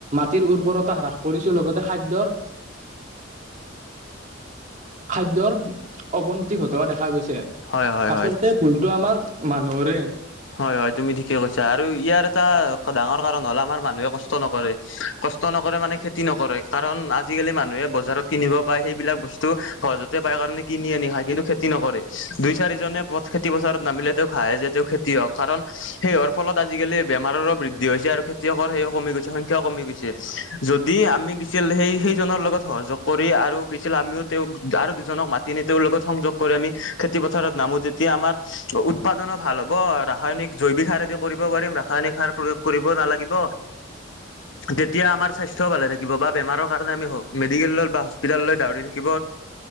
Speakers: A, on the right; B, on the left.
A: টিৰ উৰ্বৰতা হ্ৰাস কৰিছো। লগতে খাদ্যৰ খাদ্যৰ অৱনতি ঘটোৱা দেখা গৈছে।
B: হয় হয়
A: আচলতে
B: হয়
A: ভুলটো আমাৰ মানুহৰে।
B: হয়, হয় তুমি ঠিকে কৈছা। আৰু ইয়াৰ এটা ডাঙৰ কাৰণ হ'ল আমাৰ মানুহে কষ্ট নকৰে। কষ্ট নকৰে মানে খেতি নকৰে, কাৰণ আজিকালি মানুহে বজাৰত কিনিব পায়। সেইবিলাক বস্তু টো সহজতে পাই কাৰণে কিনি আনি খায়, কিন্তু খেতি নকৰে। দুই চাৰিজনে পথ খেতি খেতি পথাৰত নামিলে তেওঁ খায়ে যে তেওঁ খেতিয়ক হওঁক। কাৰণ সেই হোৱাৰ ফলত আজিকালি বেমাৰৰো বৃদ্ধি হৈছে আৰু খেতিয়কৰ সেইয়াও কমি গৈছে সংখ্যাও কমি গৈছে। যদি আমি কি আছিল সেই সেইজনৰ লগত সহযোগ কৰি আৰু কি আছিলে আমিও তেওঁক আৰু দুজনক মা নে তেওঁৰ লগত সংযোগ কৰি আমি খেতি পথাৰত নামো তেতিয়া আমাৰ উৎপাদনো ভাল হ'ব। ব ৰাসায়নিক জৈৱিক সাৰ এ কৰিব পাৰিম ৰাসায়নিক সাৰ প্ৰয়োগ কৰিব নালাগিব তেতিয়া আমাৰ স্বাস্থ স্বাস্থ ভালে থাকিব বা বেমাৰৰ কাৰণে আমি মেডিকেল বা হস্পিতাললৈ দাৰি থাকিব